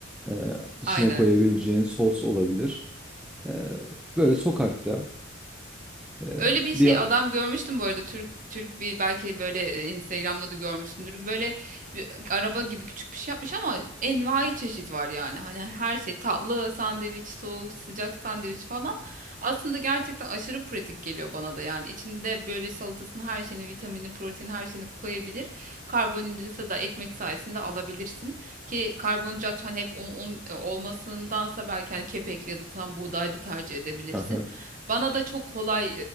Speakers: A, in the centre; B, on the right.
A: e, içine
B: Aynen.
A: koyabileceğin sos olabilir. E, böyle sokakta e,
B: Öyle bir
A: bir...
B: şey adam görmüştüm bu arada Türk Türk bir belki böyle e, Instagram'da da görmüşsündür. Böyle bir araba gibi küçük bir şey yapmış ama envai çeşit var yani. Hani her şey tatlı sandviç, soğuk, sıcak sandviç falan. Aslında gerçekten aşırı pratik geliyor bana da yani. İçinde böyle salatasını, her şeyini, vitamini, proteini her şeyini koyabilir. Karbonhidratı da ekmek sayesinde alabilirsin. Ki karbonhidrat hani hep un, un olmasındansa belki hani kepekli ya da tam buğday da tercih edebilirsin.
A: <laughs>
B: Bana da çok kolay